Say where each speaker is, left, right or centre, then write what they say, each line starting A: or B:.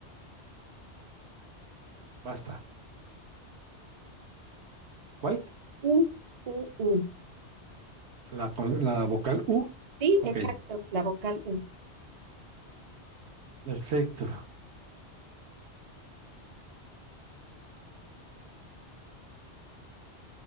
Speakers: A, on the right; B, on the right.
A: basta. ¿Cuál?
B: U, U, U.
A: La, con- la vocal U.
B: Sí,
A: Ok.
B: exacto, la vocal U,
A: Perfecto.